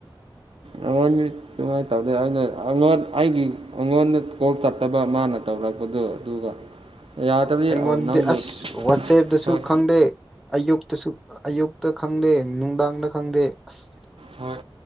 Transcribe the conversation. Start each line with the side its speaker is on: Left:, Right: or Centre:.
Right: ꯑ ꯋꯥꯅꯤ ꯀꯨꯃꯥꯏꯅ ꯇꯧꯗꯦ ꯑꯩꯅ ꯑꯉꯣꯟ ꯑꯩꯒꯤ ꯑꯉꯣꯟꯗ ꯀꯣꯜ ꯆꯠꯇꯕ ꯃꯥꯅ ꯇꯧꯔꯛꯄꯗꯣ ꯑꯗꯨꯒ ꯌꯥꯗ꯭ꯔꯗꯤ
Centre: ꯑꯩꯉꯣꯟꯗꯤ
Right: ꯅꯪꯕꯨ
Centre: ꯑꯁ ꯋꯥꯆꯦꯞꯇꯁꯨ
Right: ꯍꯣꯏ
Centre: ꯈꯪꯗꯦ ꯑꯌꯨꯛꯇꯁꯨ ꯑꯌꯨꯛꯇ ꯈꯪꯗꯦ ꯅꯨꯡꯗꯥꯡꯗ ꯈꯪꯗꯦ ꯑꯁ
Right: ꯍꯣꯏ